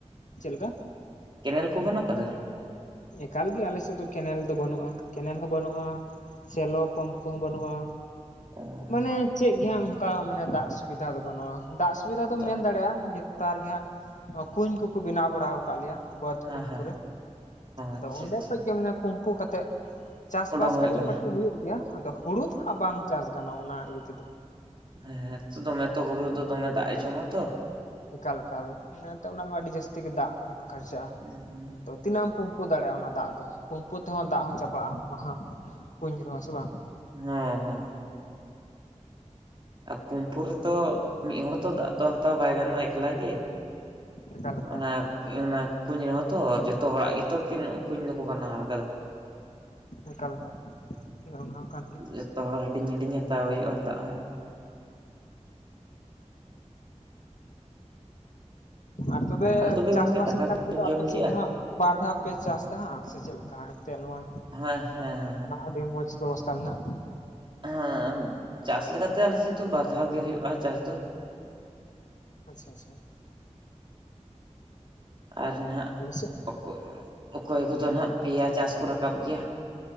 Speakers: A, on the left (about 90°); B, on the right (about 40°).
A: ᱪᱮᱫ ᱞᱮᱠᱟ
B: ᱠᱮᱱᱮᱞ ᱠᱚ ᱵᱟᱹᱱᱩᱜ ᱠᱟᱫᱟ?
A: ᱮᱠᱟᱞ ᱜᱮ ᱟᱞᱮ ᱥᱮᱫ ᱫᱚ ᱠᱮᱱᱮᱞ ᱫᱚ ᱵᱟᱹᱱᱩᱜ-ᱟ ᱠᱮᱱᱮᱞ ᱦᱚᱸ ᱵᱟᱹᱱᱩᱜ-ᱟ᱾ ᱥᱮᱞᱚ ᱯᱟᱢᱯ ᱠᱚᱦᱚᱸ ᱵᱟᱹᱱᱩᱜ-ᱟ᱾
B: ᱟ᱾
A: ᱢᱟᱱᱮ ᱪᱮᱫ ᱜᱮ ᱦᱟᱸᱜ ᱚᱝᱠᱟ ᱢᱟᱱᱮ ᱫᱟᱜ ᱥᱩᱵᱤᱛᱟ ᱫᱚ ᱵᱟᱹᱱᱩᱜᱼᱟ ᱫᱟᱜ ᱥᱩᱵᱤᱫᱟ
B: ᱦᱮᱸ
A: ᱫᱚᱢ
B: ᱦᱮᱸ
A: ᱢᱮᱱ
B: ᱚ
A: ᱫᱟᱲᱮᱜ-ᱟ ᱧᱮ ᱛᱟᱨ ᱜᱮ ᱦᱟᱸᱜ ᱠᱩᱧ ᱠᱚᱠᱚ ᱵᱮᱱᱟᱣ ᱵᱟᱲᱟ ᱠᱟᱫ ᱞᱮᱭᱟ ᱵᱟᱫᱽ
B: ᱟᱪᱪᱷᱟ
A: ᱠᱩᱧ ᱠᱚᱨᱮ ᱟᱫᱚ
B: ᱟᱪᱪᱷᱟ
A: ᱚᱸᱰᱮ ᱠᱷᱚᱡ ᱜᱮ ᱢᱟᱱᱮ ᱯᱩᱢᱯᱩ ᱠᱟᱛᱮᱜ ᱪᱟᱥ-ᱵᱟᱥ
B: ᱚᱰᱚᱝ ᱦᱩᱭᱩᱜ
A: ᱠᱟᱹᱴᱤᱡ
B: ᱠᱟᱱᱟ
A: ᱢᱟᱹᱴᱤᱡ ᱦᱩᱭᱩᱜ ᱜᱮᱭᱟ ᱟᱫᱚ ᱦᱩᱲᱩ ᱫᱚ ᱦᱟᱸᱜ ᱵᱟᱝ ᱪᱟᱥ ᱜᱟᱱᱚᱜ-ᱟ ᱚᱱᱟ ᱤᱭᱟᱹ ᱛᱮᱫᱚ᱾
B: ᱦᱮᱸᱛᱚ ᱫᱚᱢᱮ ᱛᱚ ᱦᱩᱲᱩ ᱨᱮᱫᱚ ᱫᱚᱢᱮ ᱫᱟᱜ ᱮ ᱡᱚᱢᱟ ᱛᱚ,
A: ᱮᱠᱟᱞ ᱮᱠᱟᱞ ᱚᱱᱟ ᱛᱮ ᱚᱱᱟᱢᱟ ᱟᱹᱰᱤ ᱡᱟᱹᱥᱛᱤ ᱜᱮ ᱫᱟᱜ ᱱᱚᱝᱠᱟᱱ ᱠᱷᱟᱨᱪᱟᱜ-ᱟ
B: ᱦᱚᱸ
A: ᱟᱫᱚ ᱛᱤᱱᱟᱹᱜ ᱮᱢ ᱯᱩᱢᱯᱩ ᱫᱟᱲᱮᱜ-ᱟ ᱚᱱᱟ ᱫᱟᱜ ᱫᱚ ᱯᱩᱢᱯᱩ ᱛᱮᱦᱚᱸ ᱫᱟᱜ ᱦᱚᱸ ᱪᱟᱵᱟᱜ-ᱟ ᱢᱟᱦᱟᱜ ᱠᱩᱧ ᱨᱮᱦᱚᱸ ᱥᱮ ᱵᱟᱝ ᱾
B: ᱦᱮᱸ ᱦᱮᱸ ᱾ ᱟᱨ ᱯᱩᱢᱯᱩ ᱨᱮᱛᱚ ᱢᱤᱫ ᱦᱚᱲ ᱛᱚ ᱫᱟᱜ ᱫᱚ ᱦᱟᱛᱟᱣ ᱵᱟᱭ ᱜᱟᱱᱚᱜ-ᱟ ᱮᱠᱞᱟ ᱜᱮ ᱾
A: ᱮᱠᱟᱞ ᱮᱠᱟᱞ
B: ᱚᱱᱟ ᱚᱱᱟ ᱠᱩᱧ ᱨᱮᱦᱚᱸ ᱛᱚ ᱡᱚᱛᱚ ᱦᱚᱲᱟᱜ ᱜᱮᱛᱚ ᱠᱤᱱ ᱠᱩᱧ ᱫᱚᱠᱚ ᱵᱮᱱᱟᱣ ᱟᱠᱟᱫᱟ ᱾
A: ᱮᱠᱟᱞ ᱮᱠᱟᱞ <unintelligible> ᱚᱱᱟ ᱦᱚᱸ ᱠᱟᱱ ᱜᱮᱭᱟ
B: ᱡᱚᱛᱚ ᱦᱚᱲ ᱦᱟᱹᱴᱤᱧ ᱦᱟᱹᱴᱤᱧ ᱦᱟᱛᱟᱣ ᱦᱩᱭᱩᱜ-ᱟ ᱫᱟᱜ ᱦᱚᱸ ᱾
A: ᱟᱨ ᱛᱚᱵᱮ
B: ᱟᱫᱚ
A: ᱪᱟᱥᱵᱟᱥ
B: ᱜᱚᱝᱠᱮ ᱫᱟᱠᱟ
A: ᱞᱮᱠᱟ
B: ᱠᱚᱵᱮᱱ
A: ᱛᱮᱫᱚ
B: ᱡᱚᱢ
A: ᱟᱯᱮ ᱥᱮᱫ
B: ᱠᱮᱜᱼᱟ
A: ᱫᱚ ᱦᱟᱸᱜ ᱵᱟᱨ ᱫᱷᱟᱣ ᱯᱮ ᱪᱟᱥ ᱫᱟᱦᱟᱸᱜ ᱥᱮ ᱪᱮᱫ ᱞᱮᱠᱟ ᱦᱟᱸᱜ ᱮᱱᱛᱮᱜ ᱱᱚᱜ-ᱚᱭ
B: ᱦᱮᱸ ᱦᱮᱸ ᱦᱮᱸ ᱾
A: ᱟᱹᱰᱤ ᱢᱚᱡᱽ ᱵᱮᱵᱚᱥᱛᱟ ᱢᱮᱱᱟᱜ ᱾
B: ᱦᱮᱸ ᱪᱟᱥ ᱞᱮᱠᱟᱛᱮ ᱟᱞᱮ ᱥᱮᱫ ᱫᱚ ᱵᱟᱨ ᱫᱷᱟᱣ ᱜᱮ ᱦᱩᱭᱩᱜ-ᱟ ᱪᱟᱥ ᱫᱚ ᱾
A: ᱟᱪᱪᱷᱟ ᱟᱪᱪᱷᱟ ᱾
B: ᱟᱨ ᱱᱟᱦᱟᱜ
A: ᱥᱮᱫ
B: ᱚᱠᱚ ᱚᱠᱚᱭ ᱠᱚᱫᱚ ᱱᱟᱦᱜ ᱯᱮᱭᱟ ᱪᱟᱥ ᱠᱚ ᱨᱟᱠᱟᱵ ᱜᱮᱭᱟ ᱾